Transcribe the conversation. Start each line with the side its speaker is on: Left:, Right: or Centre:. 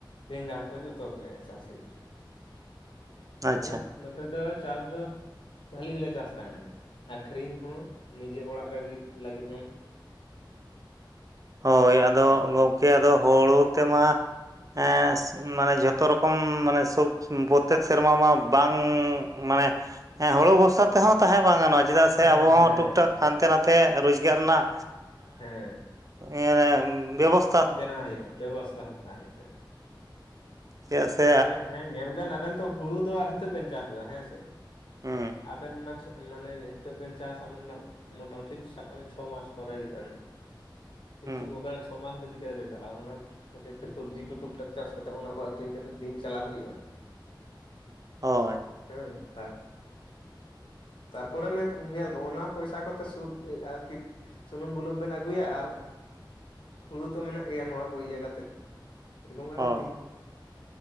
Left: ᱵᱮᱸᱜᱟᱲ ᱠᱚ ᱡᱷᱚᱛᱚ ᱜᱮ ᱪᱟᱥ ᱦᱩᱭᱩᱜ ᱛᱟᱦᱮᱱ
Right: ᱟᱪᱪᱷᱟ
Left: ᱢᱟᱱᱮ ᱱᱚᱛᱮ ᱫᱚ ᱪᱟᱥ ᱫᱚ ᱵᱷᱟᱹᱞᱤ ᱜᱮᱞᱮ ᱪᱟᱥ ᱛᱟᱦᱮᱱᱟ ᱟᱠᱷᱨᱤᱧ ᱦᱚᱸ ᱱᱤᱡᱮ ᱚᱲᱟᱜ ᱨᱮ ᱞᱟᱹᱜᱤᱫ ᱦᱚᱸ
Right: ᱦᱳᱭ ᱟᱫᱚ
Left: ᱦᱩᱸ
Right: ᱜᱚᱢᱠᱮ ᱟᱫᱚ ᱦᱳᱲᱳ ᱛᱮᱢᱟ ᱦᱮᱸᱥ ᱢᱟᱱᱮ ᱡᱷᱚᱛᱚ ᱨᱚᱠᱚᱢ ᱥᱚᱵ ᱯᱨᱚᱛᱛᱮᱠ ᱥᱮᱨᱢᱟ ᱢᱟ ᱵᱟᱝ ᱢᱟᱱᱮ ᱦᱮᱸ ᱦᱳᱲᱳ ᱵᱚᱨᱥᱟ ᱛᱟᱦᱮᱸ ᱵᱟᱝ ᱜᱟᱱᱚᱜ-ᱟ ᱪᱮᱫᱟᱜ ᱥᱮ
Left: ᱦᱮᱸ
Right: ᱟᱵᱚᱦᱚᱸ
Left: ᱦᱮᱸ
Right: ᱴᱩᱠ
Left: ᱦᱮᱸ
Right: ᱴᱟᱠ
Left: ᱦᱮᱸ
Right: ᱦᱟᱱᱛᱮ
Left: ᱦᱮᱸ
Right: ᱱᱟᱛᱮ ᱛᱮ ᱨᱳᱡᱽᱜᱟᱨ ᱨᱮᱱᱟᱜ
Left: ᱦᱮᱸ
Right: ᱮ ᱵᱮᱵᱚᱥ
Left: ᱵᱮᱱᱟᱣ ᱦᱩᱭᱩᱜ-ᱟ ᱵᱮᱵᱚᱥᱛᱷᱟ ᱦᱟᱛᱟᱣ ᱦᱩᱭᱩᱜ-ᱟ ᱾
Right: ᱪᱮᱫᱟᱜ ᱥᱮ
Left: ᱢᱟᱱᱮ ᱦᱮᱸ ᱧᱮᱞ ᱵᱮᱱ ᱟᱵᱮᱱ ᱛᱚ ᱦᱩᱲᱩ ᱫᱚ ᱱᱤᱛᱚᱜ ᱵᱮᱱ ᱪᱟᱥ ᱫᱟ ᱦᱮᱸ ᱥᱮ
Right: ᱦᱩᱸ
Left: ᱟᱵᱮᱱ ᱢᱟ ᱢᱟᱱᱮ ᱱᱤᱛᱚᱜ ᱵᱮᱱ ᱪᱟᱥᱟ ᱢᱳᱴᱟᱢᱩᱴᱤ ᱥᱟᱵ ᱠᱟᱜ ᱢᱮ ᱪᱷᱚ ᱢᱟᱥ ᱯᱚᱨᱮ ᱦᱩᱭᱩᱜ-ᱟ ᱾ ᱠᱤᱱᱛᱩ
Right: ᱦᱩᱸ
Left: ᱚᱵᱮᱱᱟᱜ ᱪᱷᱚ ᱢᱟᱥ ᱫᱚ <unintelligible> ᱚᱱᱟ ᱠᱷᱟᱹᱛᱤᱨ ᱛᱮ ᱥᱚᱵᱽᱡᱤ ᱠᱚ ᱴᱩᱠ ᱴᱟᱠ ᱪᱟᱥ ᱠᱟᱛᱮ ᱚᱱᱟ ᱟᱠᱷᱨᱤᱧ ᱠᱟᱛᱮ ᱫᱤᱱ ᱪᱟᱞᱟᱣ ᱦᱩᱭᱩᱜ-ᱟ ᱾
Right: ᱦᱳᱭ
Left: ᱦᱮᱸ ᱛᱟᱨ ᱛᱟᱨᱯᱚᱨᱮ ᱧᱮ ᱧᱮᱞ ᱵᱚ ᱚᱱᱟ ᱯᱚᱭᱥᱟ ᱠᱚᱛᱮ ᱥᱩᱵ ᱟᱨᱠᱤ ᱥᱩᱱᱩᱢ ᱵᱩᱞᱩᱝ ᱵᱮᱱ ᱟᱹᱜᱩᱭᱟ ᱟᱨ ᱦᱩᱲᱩ ᱛᱚ ᱢᱮᱱᱟᱜ ᱜᱮᱭᱟ ᱱᱚᱣᱟ ᱠᱚ ᱤᱭᱟᱹ ᱠᱟᱛᱮᱫ ᱮᱨᱚᱠᱚᱢ ᱠᱟᱛᱮ
Right: ᱦᱳᱭ
Left: ᱫᱤᱱ